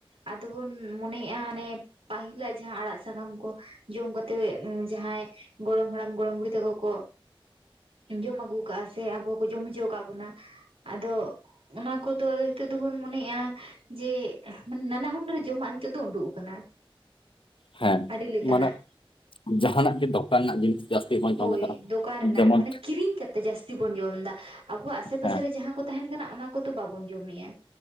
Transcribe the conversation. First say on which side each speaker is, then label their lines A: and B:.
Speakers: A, on the right; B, on the left.
A: ᱟᱫᱚ ᱵᱚᱱ ᱢᱚᱱᱮᱭᱮᱜ-ᱟ ᱦᱟᱱᱮ ᱯᱟᱹᱦᱤᱞᱟᱜ ᱡᱟᱦᱟ ᱟᱲᱟᱜ ᱥᱟᱠᱟᱢ ᱠᱚ ᱡᱚᱢ ᱠᱟᱛᱮᱜ ᱡᱟᱦᱟᱭ ᱜᱚᱲᱚᱢ ᱦᱟᱲᱟᱢ ᱜᱚᱲᱚᱢ ᱵᱩᱲᱦᱤ ᱛᱟᱠᱚ ᱠᱚ ᱡᱚᱢ ᱟᱹᱜᱩᱣ ᱠᱟᱜ-ᱟ ᱥᱮ ᱟᱵᱚ ᱠᱚ ᱡᱚᱢ ᱦᱚᱪᱚ ᱠᱟᱜ ᱵᱚᱱᱟ ᱟᱫᱚ ᱚᱱᱟ ᱠᱚᱫᱚ ᱟᱫᱚ ᱦᱤᱛᱚᱜ ᱫᱚ ᱵᱚᱱ ᱢᱚᱱᱮ ᱮᱜ-ᱟ᱾ ᱡᱮ ᱢᱟᱱᱮ ᱱᱟᱱᱟ ᱦᱩᱱᱟᱹᱨ ᱡᱚᱢᱟᱜ ᱱᱤᱛᱚᱜ ᱫᱚ ᱩᱰᱩᱜ ᱟᱠᱟᱱᱟ᱾
B: ᱦᱮ
A: ᱟᱹᱰᱤ ᱞᱮᱠᱟᱱᱟᱜ
B: ᱢᱟᱱᱮ ᱡᱟᱦᱟ ᱱᱟᱜ ᱜᱮ ᱫᱚᱠᱟᱱ ᱨᱮᱱᱟᱜ ᱡᱤᱱᱤᱥ ᱡᱟᱹᱥᱛᱤ ᱵᱟᱝ ᱡᱚᱢ
A: ᱦᱳᱭ
B: ᱞᱮᱫᱟ
A: ᱫᱚᱠᱟᱱ ᱨᱮᱱᱟᱜ
B: ᱡᱮᱢᱚᱱ
A: ᱢᱟᱱᱮ ᱠᱤᱨᱤᱧ ᱠᱟᱛᱮᱜ ᱡᱟᱹᱟᱥᱛᱤ ᱵᱚᱱ ᱡᱚᱢ ᱫᱟ ᱟᱵᱚᱣᱟᱜ ᱟᱥᱮ-ᱯᱟᱥᱮ
B: ᱦᱮᱸ
A: ᱨᱮ ᱡᱟᱦᱟ ᱠᱚ ᱛᱟᱦᱮᱱ ᱠᱟᱱᱟ ᱚᱱᱟ ᱠᱚ ᱫᱚ ᱵᱟᱵᱚᱱ ᱡᱚᱢᱮᱜ-ᱟ᱾